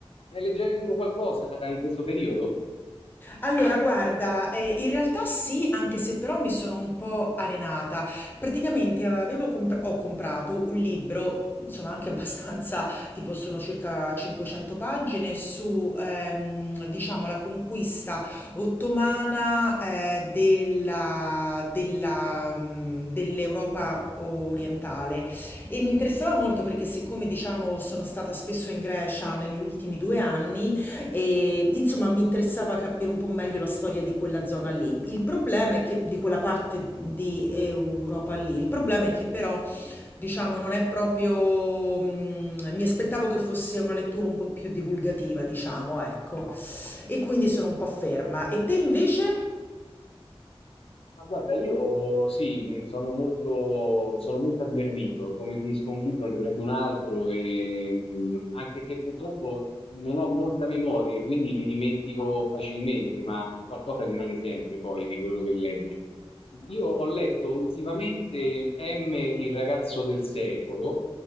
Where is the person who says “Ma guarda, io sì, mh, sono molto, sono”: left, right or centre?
Left